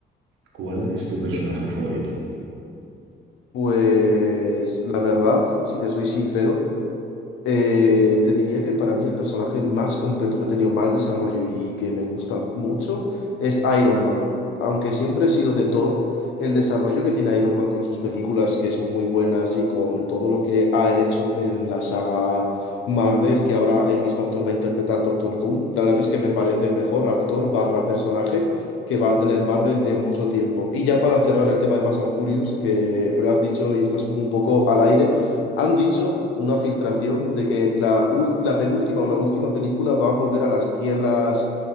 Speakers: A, on the right; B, on the left.
A: ¿Cuál es tu personaje favorito?
B: Pues la verdad, si te soy sincero, eh, te diría que para mí el personaje más completo que ha tenido más desarrollo y que me gusta mucho es Iron Man. Aunque siempre he sido de Thor, el desarrollo que tiene Iron Man con sus películas que son muy buenas y con todo lo que ha hecho en la saga Marvel, que ahora el mismo actor va a interpretar Doctor Doom, la verdad es que me parece el mejor actor barra personaje que va a tener Marvel en mucho tiempo. Y ya para cerrar el tema de Fast and Furious, que me lo has dicho y estás como un poco al aire. Han dicho una filtración de que la, ul- la penúltima o la última película va a volver a las tierras